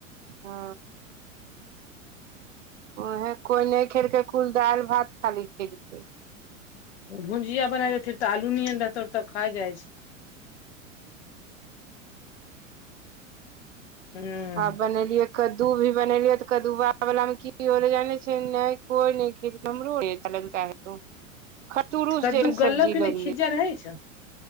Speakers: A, on the right; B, on the left.
A: हँ उहे कोइ नै खेलकै कुल दालि भात खाली खेलकै
B: भुजिंया बनाय देथि तऽ आलू नियन रहतौ तऽ खाइ जाइ छै हूँ
A: हँ बनैलियै कद्दू भी बनेलिय तऽ कदुवाला मे की जाने छै ने कोई नै खेलकै नमरू हो य च लगगै तो <unintelligible> खटरुस
B: कद्दू
A: जे सब्जी
B: गललौ कि
A: लगले
B: नहि खिज्जा रहै छौ